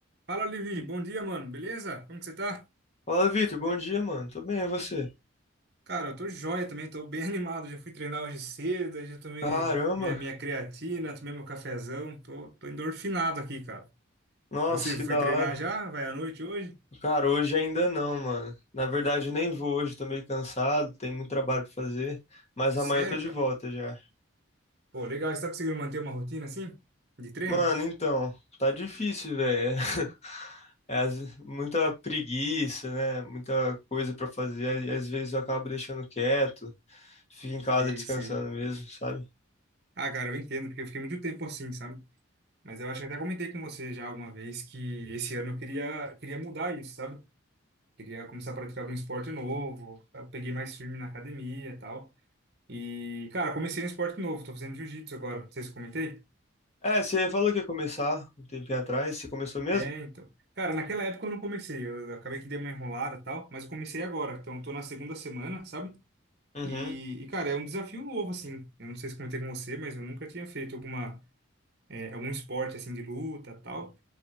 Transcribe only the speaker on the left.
Fala, Vitor. Bom dia, mano. Tô bem, e você?
Caramba.
Nossa,
que da
hora.
Cara, hoje ainda não, mano. Na verdade, nem vou hoje. Tô meio cansado, tem muito trabalho pra fazer. Mas
amanhã eu tô de
volta já.
Mano, então, tá difícil, velho. <laughs> É, as- muita preguiça, né? Muita coisa pra fazer. E às vezes eu acabo deixando quieto. Fico em casa
descansando
mesmo, sabe?
É, você falou que ia começar um tempinho atrás. Você começou mesmo?
Uhum.